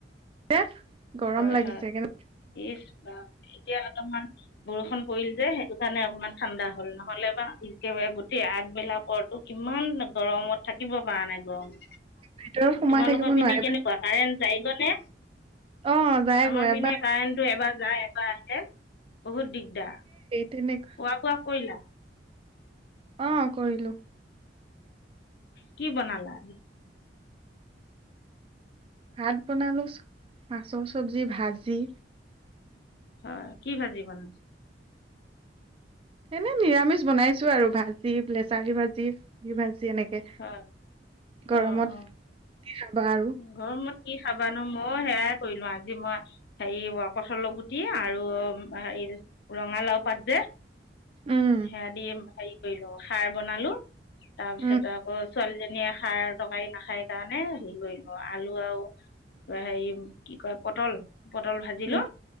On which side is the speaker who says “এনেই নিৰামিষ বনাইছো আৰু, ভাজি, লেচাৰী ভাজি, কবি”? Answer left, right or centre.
Right